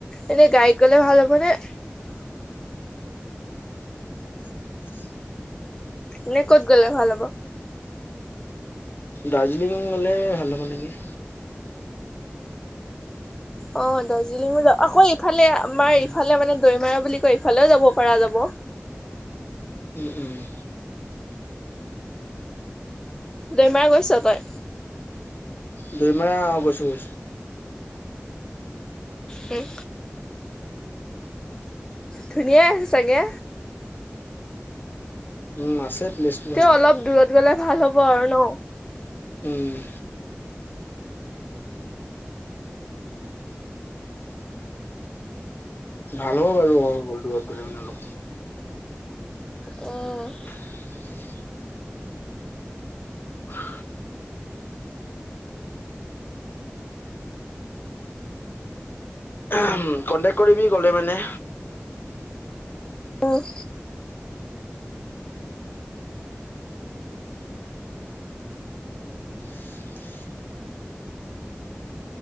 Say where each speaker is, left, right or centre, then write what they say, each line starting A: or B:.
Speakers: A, on the left (about 15°); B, on the left (about 50°).
A: এনেই গাড়ীত গ'লে ভাল হ'ব নে-
B: <unintelligible>
A: নে ক'ত গ'লে ভাল হ'ব?
B: দাৰ্জিলিং গলে ভাল হ'ব নিকি?
A: অঁ দাৰ্জিলিঙো যা আকৌ ইফালে আমাৰ,
B: উম।
A: ইফালে মানে দৈমাৰ বুলি কয়, ইফালেও যাব পৰা যাব।
B: উম' উম'।
A: দেমাৰ গৈছ তই?
B: দুই মাহ গৈছো, গৈছো।
A: উম, ধুনীয়া আছে চাগে।
B: উম, আছে। প্লেচটো ভালে
A: তে অলপ
B: বাৰু।
A: দূৰত গলে ভাল হ'ব আৰু ন
B: উম, ভাল হ'ব বাৰু অমাৰল দূৰত ধৰি মি অল
A: অ',
B: <inaudible> <inaudible> উম, কন্টেক কৰিবি ক'লে মানে।
A: অ',
B: উম, উম। <inaudible>